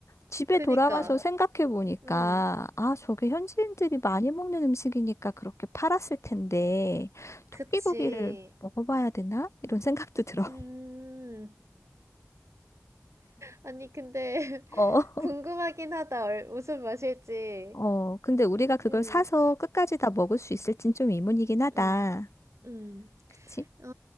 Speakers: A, on the left (about 85°); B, on the right (about 90°).
A: 집에
B: 그니까.
A: 돌아와서 생각해 보니까,
B: 음,
A: 아, 저게 현지인들이 많이 먹는 음식이니까 그렇게 팔았을 텐데,
B: 그치.
A: 토끼고기를 먹어봐야 되나? 이런 생각도 들어. <laughs>
B: 음, 아니, 근데 <laughs>
A: 어.
B: 궁금하긴 하다. 얼- 무슨 맛일지.
A: 어, 근데 우리가 그걸
B: 음,
A: 사서 끝까지 다 먹을 수 있을진 좀 의문이긴 하다.
B: 음, 음.
A: 그치?
B: 어,